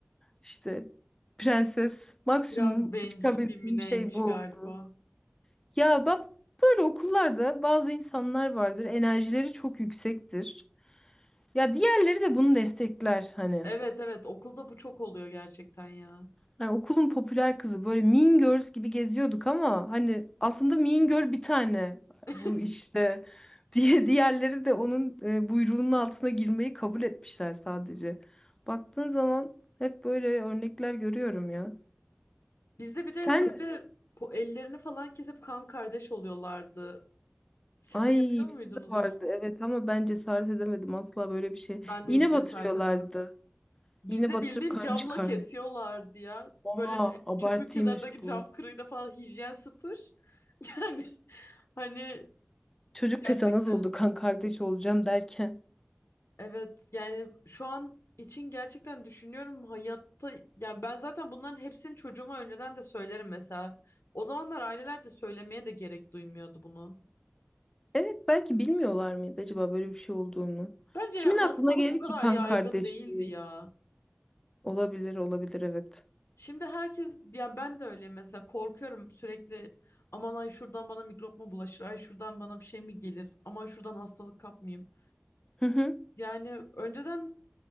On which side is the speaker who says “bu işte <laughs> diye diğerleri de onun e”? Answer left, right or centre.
Left